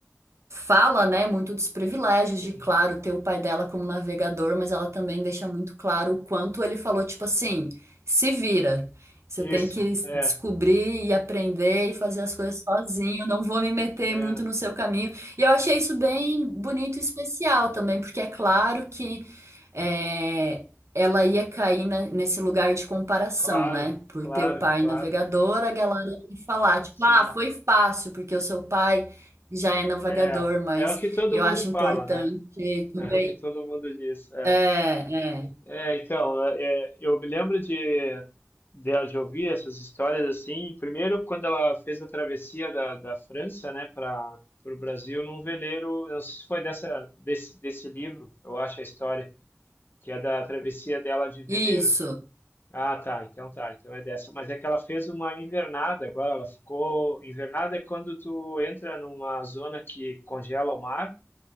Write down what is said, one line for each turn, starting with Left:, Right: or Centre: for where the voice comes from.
Right: fala, né, muito dos privilégios
Left: Sim.
Right: de, claro, ter o pai dela como navegador, mas ela também deixa muito claro o quanto ele falou, tipo assim, se vira. Você
Left: Isso,
Right: tem que
Left: é,
Right: descobrir e aprender e fazer as coisas sozinho, não vou me meter
Left: é,
Right: muito no seu caminho. E eu achei isso bem bonito e especial também, porque é claro que é, ela ia cair na- nesse lugar de comparação,
Left: claro,
Right: né? Por
Left: claro,
Right: ter o pai
Left: claro.
Right: navegador, a galera ia falar, tipo,
Left: Sim.
Right: ah, foi fácil, porque o seu pai já é navegador,
Left: É,
Right: mas
Left: é o que todo
Right: eu
Left: mundo
Right: acho
Left: fala,
Right: importante
Left: né?
Right: também.
Left: É o que todo mundo diz. é.
Right: É, é.
Left: É, então, é, é, eu me lembro de, de, de ouvir essas histórias assim. Primeiro, quando ela fez a travessia da, da França, né, para o Brasil, num veleiro. Eu não sei se foi dessa, desse, desse livro, eu acho a história, que é da travessia dela de veleiro.
Right: Isso.
Left: Ah, tá, então tá, então é dessa. Mas é que ela fez uma invernada agora, ela ficou. Invernada é quando tu entra numa zona que congela o mar